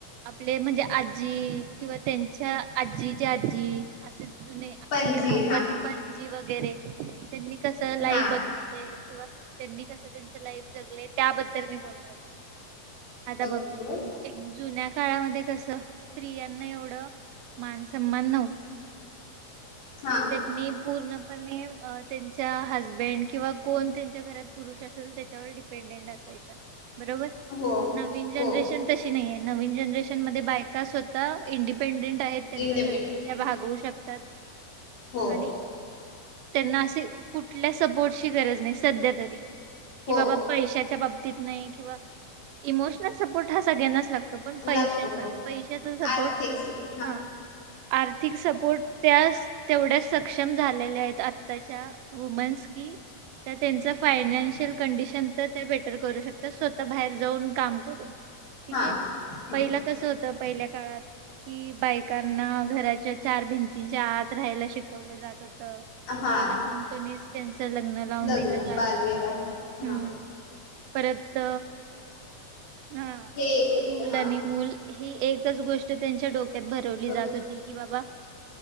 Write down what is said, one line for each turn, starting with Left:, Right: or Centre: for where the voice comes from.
Right: आपले म्हणजे आज्जी किंवा त्यांच्या आज्जीच्या आज्जी अस जुने
Left: पणजी
Right: आपले खापर
Left: हा
Right: पणजी वग वगैरे त्यांनी कसं लाईव
Left: हा
Right: बघितलय किंवा त्यांनी कसं त्यांच लाईफ जगले त्याबद् तर मी बोल आता
Left: ओके
Right: बघ
Left: बोल
Right: एक जुन्या काळामध्ये कसं स्त्रियांना एवढं मानसम्मान न्हव
Left: हा
Right: चटनी पूर्णपणे अ त्यांच्या हसबेंड किंवा कोण त्यांच्या घरात पुरुष असेल त्याच्यावर डिपेंडेंट असायच्या बरोबर
Left: हो
Right: नवीन जनरेशन
Left: हो
Right: तशी नाईए नवीन जनरेशन मध्ये बायका स्व आता इंडिपेंडेंट कस हायं त्यांचा
Left: इंडिपेंड
Right: खर्च त्या भागवू शक त्यात
Left: हो
Right: आणि त्यांना असे कुठल्या सपोर्टची गरज नस सध्या तरी कि
Left: हो
Right: बाबा पैशाच्या बाब देत नाही किंवा इमोशनल सपोर्ट हा सगळ्यांनाच लागतो पण पैशाचा
Left: लागतो हो
Right: पैशाचा सपोर्ट
Left: आर्थिक सुख
Right: हा आर्थिक सपोर्ट त्यास तेवढ्याच सक्षम झालेल्या आहेत आताच्या वुमन्स की त्या त्यांच फायनान्शियल कंडिशन तर ते बेटर करू शकतात स्वतः बाहेर जाऊन काम <inaudible> ठीक
Left: हा
Right: ये
Left: हा
Right: पहिल कसं होतं पहिल्या काळात कि बायकांना घराच्या चार भिती च्या आत ला शिकवलं जात होतं
Left: हा
Right: लहानपणीच त्यांचं लग्न लावून
Left: लग्न
Right: दिलं जात
Left: बालविवाह
Right: होत
Left: हा
Right: हम् परत हा
Left: ते होतं
Right: चूल
Left: हा
Right: आणि मूल ही एकच गोष्ट त्यांच्या डो क्यात भरवली जात
Left: ओके
Right: होती की बाबा